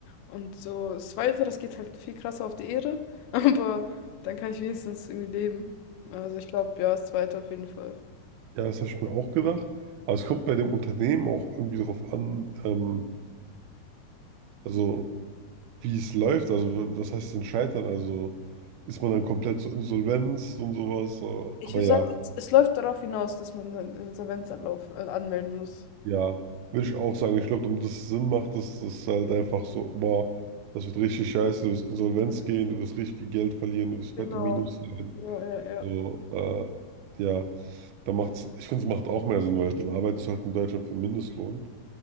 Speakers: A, on the left; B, on the right.
A: Und so das Weitere, das geht halt viel krasser auf die Ehre, <laughs> aber dann kann ich wenigstens irgendwie leben. Also ich glaube, ja, das Zweite auf jeden Fall.
B: Ja, das habe ich mir auch gedacht. Aber es kommt bei dem Unternehmen auch irgendwie darauf an, ähm, also wie es läuft. Also w- was heißt denn scheitern? Also ist man dann komplett zur Insolvenz und sowas? So.
A: Ich
B: Aber
A: würde
B: ja,
A: sagen, es, es läuft darauf hinaus, dass man einen Insolvenzanlauf äh, anmelden muss.
B: ja, würde ich auch sagen. Ich glaube, damit es Sinn macht, dass das halt einfach so, boah, das wird richtig scheiße, du wirst Insolvenz gehen, du wirst richtig viel Geld verlieren, du wirst
A: Genau.
B: fette Minus sein.
A: Ja, ja, ja.
B: So, äh, ja, da macht's, ich finde, es macht auch mehr Sinn, weil dann arbeitest du halt in Deutschland für Mindestlohn.